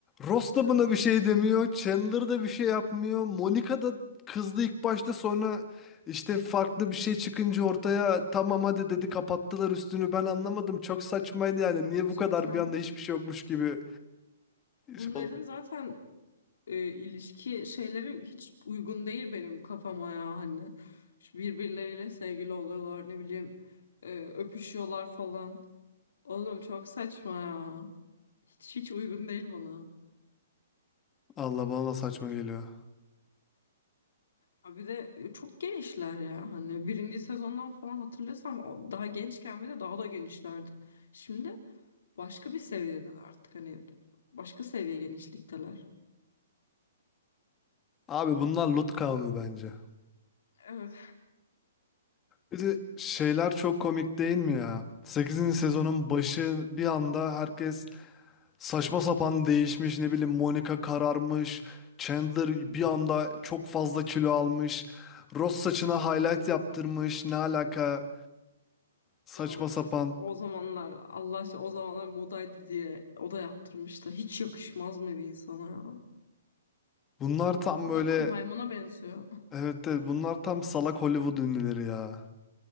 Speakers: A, on the left; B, on the left.
A: Ross
B: Ya
A: da buna bir şey demiyor. Chandler da bir şey yapmıyor. Monica da kızdı ilk başta sonra işte farklı bir şey çıkınca ortaya tamam hadi dedi kapattılar üstünü. Ben anlamadım. Çok saçmaydı yani.
B: gerçekten.
A: Niye bu kadar bir anda hiçbir şey yokmuş gibi
B: Bunların
A: şey oldu.
B: zaten e, ilişki şeyleri hiç uygun değil benim kafama ya hani. Şu Birbirleriyle sevgili oluyorlar ne bileyim e, öpüşüyorlar falan. Oğlum çok saçma ya. Hiç hiç uygun değil bana.
A: Allah bana da saçma geliyor.
B: Ha bir de e, çok genişler ya hani birinci sezondan falan hatırlıyorsam o- daha gençken bir de daha da genişlerdi. Şimdi başka bir seviyede artık hani başka seviye genişlikteler.
A: Abi bunlar Lut kavmi bence.
B: Evet.
A: Bir de şeyler çok komik değil mi ya? Sekizinci sezonun başı bir anda herkes Saçma sapan değişmiş ne bileyim Monica kararmış. Chandler bir anda
B: Evet.
A: çok fazla kilo almış. Ross saçına highlight yaptırmış. Ne alaka? Saçma
B: Ya of.
A: sapan.
B: O zamanlar Allah aşkına o zamanlar modaydı diye o da yaptırmış da hiç yakışmaz mı bir insana ya?
A: Bunlar tam
B: Zaten
A: böyle
B: maymuna benziyor.
A: evet de bunlar tam salak Hollywood ünlüleri ya.